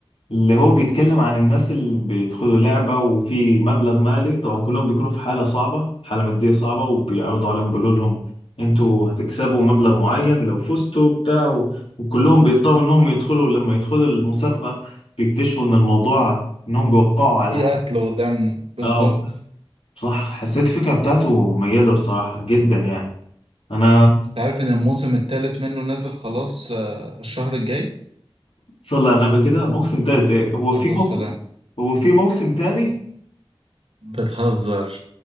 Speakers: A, on the left; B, on the right.
A: اللي هو بيتكلم عن الناس اللي بيدخلوا لعبة وفي مبلغ مالي طبعا كلهم بيكونوا في حالة صعبة حالة مادية صعبة وبيعرضوا عليهم بيقولوا لهم انتوا هتكسبوا مبلغ معين لو فزتوا بتاع و- وكلهم بيضطروا انهم يدخلوا لما يدخلوا المسابقة بيكتشفوا ان الموضوع انهم بيوقعوا على
B: في
A: حق
B: قتل ودم بالظبط
A: اه صح حسيت الفكرة بتاعته مميزة بصراحة جدا يعني انا
B: انت عارف ان الموسم الثالث منه نازل خلاص آه، الشهر الجاي
A: صلي على النبي كده موسم تالت ايه هو
B: بس
A: في موسم
B: السلام
A: هو في موسم تاني
B: بتهزر